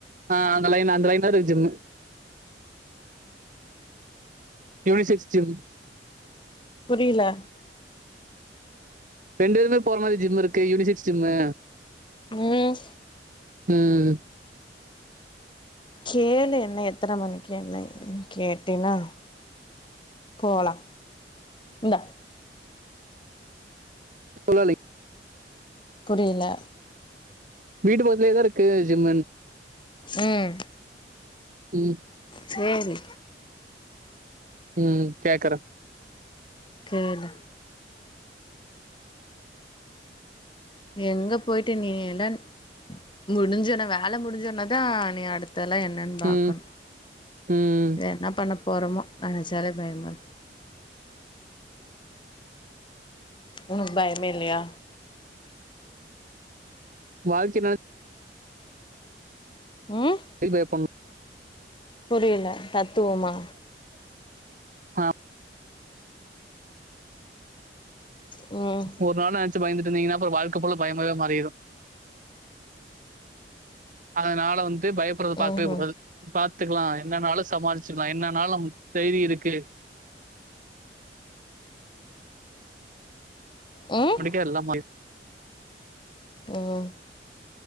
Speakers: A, on the right; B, on the left.
A: ஆ அந்த லைன் அந்த லைன் தா இருக்கு ஜிம்மு யூனிசிக்ஸ் ஜிம்
B: புரியல
A: ரெண்டு பேருமே போற மாதிரி ஜிம் இருக்கு யூனிசிக்ஸ் ஜிம்மு
B: ம்
A: ம்
B: கேளு என்ன எத்தன மணிக்கு என்ன ஏதுனு கேட்டீனா போலா இந்தா
A: சொல்லலை,
B: புரியல
A: வீட்டு பக்கத்திலேயே தா இருக்கு ஜிம்மு
B: ம்
A: ம்
B: சேரி
A: ம் கேக்கிறே
B: கேளு எங்க போயிட்டு நீ எல்லான் முடிஞ்சோன வேல முடிஞ்சோன தா நீ அடுத்தெல்லா என் னனு பாக்கனு
A: ம் ம்
B: என்ன பண்ணப் போறமோ நெனைச்சாலே பயமா இருக்கு உனக்கு பயமே இல்லையா
A: வாழ்க்கைய நெனச்
B: ம்
A: வேப்பன்
B: புரியல தத்துவமா
A: ஆ
B: ம்
A: ஒரு நாள் நெனச்சு பயந்துட்டு இருந்தீங்கன்னா அது வாழ்க்கை ஃபுல்லா பயமாவே மாறிரு அதனால வந்து பயப்பறத பாக்கவே
B: ம்ஹும்
A: கூடாது பாத்துக்கலா என்னன்னாளு சமாளிச்சுக்கலா என்னன்னாலு நம்மளுக்கு தைரிய இருக்கு
B: ம்
A: அப்படிக்கே எல்லா மாறிரு
B: ம்